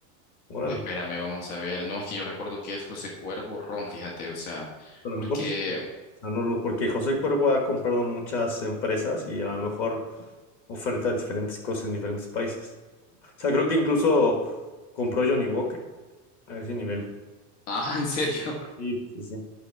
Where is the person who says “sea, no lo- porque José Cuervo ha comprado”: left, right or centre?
Left